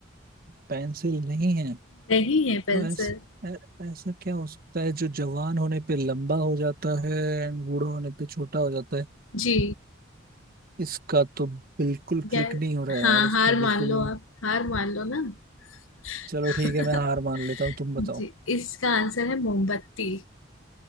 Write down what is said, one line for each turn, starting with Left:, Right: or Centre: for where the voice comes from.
Right: पेंसिल नहीं है
Left: नहीं
Right: तो
Left: है पेंसिल
Right: ऐस, ऐ, ऐसा क्या हो सकता है जो जवान होने पे लंबा हो जाता है एंड बूढ़ा होने पे छोटा हो जाता है
Left: जी
Right: इसका तो बिल्कुल क्लिक
Left: यार
Right: नहीं हो रहा है
Left: हाँ
Right: यार इसका
Left: हार
Right: बिल्कुल
Left: मान लो आप हार मान लो ना <laughs>
Right: चलो ठीक है मैं हार मान लेता हूँ तुम बताओ
Left: जी इसका आंसर है मोमबत्ती